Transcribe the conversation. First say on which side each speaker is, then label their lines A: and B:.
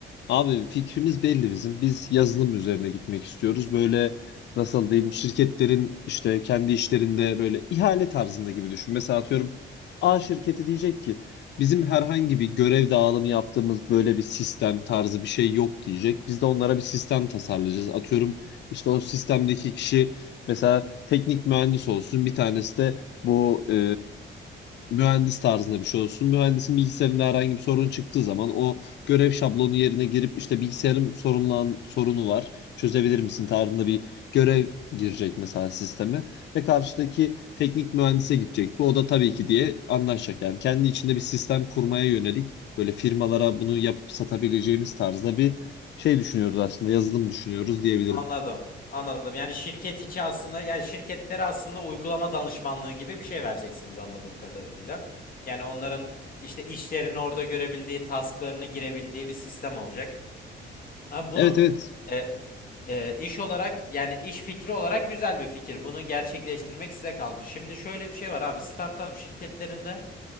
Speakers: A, on the left; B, on the left.
A: Abi fikrimiz belli bizim. Biz yazılım üzerine gitmek istiyoruz. Böyle nasıl diyeyim şirketlerin işte kendi işlerinde böyle ihale tarzında gibi düşün. Mesela atıyorum A şirketi diyecek ki bizim herhangi bir görev dağılımı yaptığımız böyle bir sistem tarzı bir şey yok diyecek. Biz de onlara bir sistem tasarlayacağız. Atıyorum işte o sistemdeki kişi mesela teknik mühendis olsun. Bir tanesi de bu e, mühendis tarzında bir şey olsun. Mühendisin bilgisayarında herhangi bir sorun çıktığı zaman o görev şablonu yerine girip işte bilgisayarım sorunlan, sorunu var. Çözebilir misin tarzında bir görev girecek mesela sisteme ve karşıdaki teknik mühendise gidecek. Bu o da tabii ki diye anlaşacak. Yani kendi içinde bir sistem kurmaya yönelik böyle firmalara bunu yapıp satabileceğimiz tarzda bir şey düşünüyoruz aslında. Yazılım düşünüyoruz diyebilirim.
B: Anladım. Anladım. Yani şirket içi aslında yani şirketlere aslında uygulama danışmanlığı gibi bir şey vereceksiniz anladığım kadarıyla. Yani onların işte işlerini orada görebildiği, tasklarını girebildiği bir sistem olacak. Abi bunu
A: Evet evet
B: e, Ee, iş olarak yani iş fikri olarak güzel bir fikir. Bunu gerçekleştirmek size kalmış. Şimdi şöyle bir şey var abi. Startup şirketlerinde